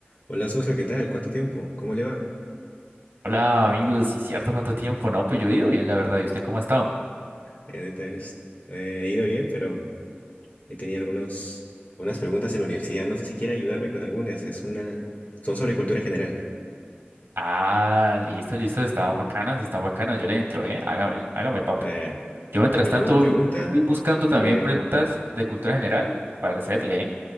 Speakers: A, on the left; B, on the right.
A: Hola socio, ¿qué tal? ¿Cuánto tiempo? ¿Cómo le va?
B: Hola amigos, sí cierto, ¿cuánto tiempo? No, pues yo he ido bien, la verdad. ¿Y usted cómo ha estado?
A: Eh, ahorita bien es- eh, he ido bien, pero he tenido algunos, algunas preguntas en la universidad. No sé si quiere ayudarme con algunas. Es una, son sobre cultura general.
B: Ah, listo, listo, están bacanas, están bacanas. Yo le entro, ¿eh? Hágame, hágame, papo.
A: A ver,
B: Yo mientras
A: yo
B: tanto
A: le hago una pregunta
B: voy buscando
A: y
B: también
A: luego
B: preguntas de cultura general para hacerle, ¿eh?